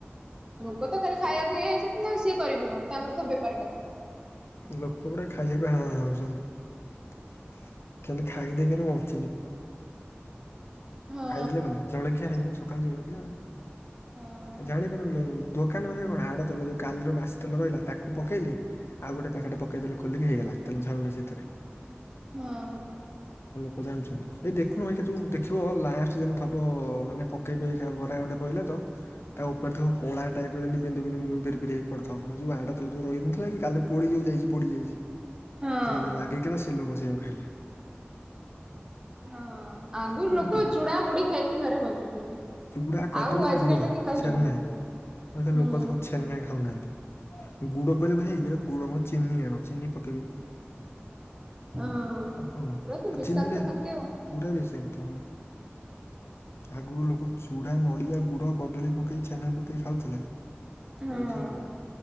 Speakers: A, on the right; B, on the left.
A: ଲୋକ ତ ଖାଲି ଖାଇବାକୁ ଇଏ ହେଇଛନ୍ତି ନା ସିଏ କରିବେ କଣ ତାଙ୍କର ତ ବେପାର କଥା।
B: ଲୋକଗୁରା ଖାଇବାକୁ ହାଁ ହାଁ ହଉଛନ୍ତି। ଖାଲି ଖାଇ ଦେଇକି <inaudible>
A: ହଁ
B: ଖାଇଦେଲେ ଗଲା। ଜଳଖିଆ ହେଇଗଲା। ସକାଳ ଜଳଖିଆ ଆଉ।
A: ହଁ
B: ଜାଣିପାରୁ ନାହାନ୍ତି, ଦୋକାନମାନେ କଣ ହାଡ ତେଲ ଯୋଉ କାଲିର ମାସ ତେଲ ରହିଲା ତାକୁ ପକେଇଲେ। ଆଉ ଗୋଟେ ପ୍ୟାକେଟ ପକେଇଦେଲେ ଖୋଲିକି ହେଇଗଲା ତେଲ ଛାଣିଲେ ସେଥିରେ।
A: ହଁ।
B: କନ ଜାଣୁଛନ୍ତି ଏଇ ଦେଖୁନ ଏଇ ସେ ଯୋଉ ଦେଖିବ ଲାଷ୍ଟ ଯେମିତି ଥବ ମାନେ ପକେଇ ବେ ଏଇକ୍ଷିଣା ବରା ଗୋଟେ ପଇଲା ତ ତା ଉପରେ ଥିବା କଳା ଟାଇପର ଯେମିତି ବିନ୍ଦୁ ବିନ୍ଦୁ ବିନ୍ଦୁ ବିରି ବିରି ହେଇ ପଡିିଥବ ଯୋଉ ଆଡ ତେଲ ଯୋଉ ରହିଯାଇନଥିଲା କି କାଲି ପୋଡି ଉ ଯାଇଚି ପଡି ଯାଇଚି
A: ହଁ।
B: ସେରା ଜ ଲାଗିକିନା ସେ <unintelligible> ଖାଇଲେ
A: ହଁ ଆଗରୁ
B: କଣ
A: ଲୋକ
B: କହିବୁ
A: ଚୁଡା ମୁୁଡି ଖାଇକି ଘରେ ବଞ୍ଚୁଥିଲେ
B: ଚୁଡା କଦଳୀ
A: ଆଉ ଆଜିିକାଲି
B: ଗୁଡ
A: ତାକୁ କିଏ ଖାଉଚନ୍ତି
B: ଛେନା ଏ ଲୋକ
A: ହୁଁ।
B: ଦେଖ ଛେନା ଖାଉନାହାନ୍ତି ଗୁଡ ପଇଲେ ଭାଇ ମେରେ ଗୁଡ କଣ ଚିନି ଆଣ ଚିନି ପକେଇବେ
A: ହଁ
B: ଆଉ କଣ
A: ପୁରା ତ ବିଷାକ୍ତ
B: ଚିନିଟା
A: ଖାଦ୍ୟ
B: ପୁରା ବେଶୀ କଥା ହଁ ଆଗରୁ ଲୋକ ଚୁଡା ନଡିଆ ଗୁଡ କଦଳୀ ପକେଇ ଛେନା ପକେଇ ଖାଉଥିଲେ।
A: ହଁ
B: ଆଜି